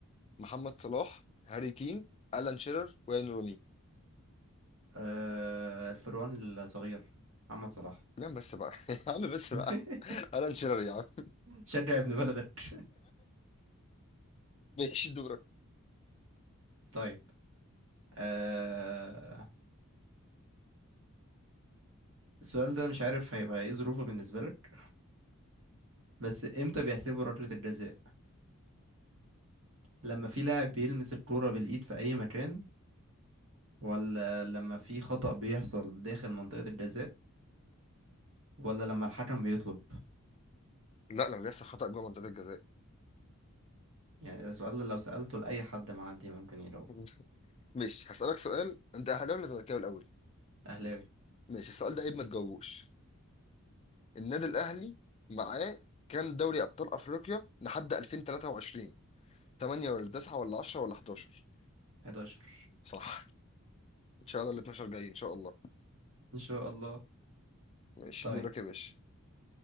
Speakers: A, on the left (about 30°); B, on the right (about 65°).
A: محمد صلاح هاري كين ألان شيرر وين روني
B: آه الفروان الصغير محمد صلاح
A: لا بس بقى <laughs> يا عم بس
B: <laughs>
A: بقى ألان شيرر يا عم
B: شجع ابن بلدك
A: <laughs> ماشي دور
B: طيب آه السؤال ده مش عارف هيبقى ايه ظروفه بالنسبة لك بس امتى بيحسبوا ركلة الجزاء لما في لاعب بيلمس الكورة بالإيد في أي مكان ولا لما في خطأ بيحصل داخل منطقة الجزاء ولا لما الحكم بيطلب
A: لا لما بيحصل خطأ جوه منطقة الجزاء
B: يعني ده سؤال لو سألته لأي حد معدي ممكن يجاوبه
A: <laughs> ماشي هسألك سؤال انت اهلاوي ولا زملكاوي الاول
B: أهلاوي
A: ماشي السؤال ده عيب ما تجاوبوش النادي الاهلي معاه كام دوري ابطال افريقيا لحد 2023 8 ولا 9 ولا 10 ولا 11
B: 11
A: صح ان شاء الله ال 12 جايين ان شاء الله
B: إن شاء الله
A: ماشي
B: طيب
A: دورك يا باشا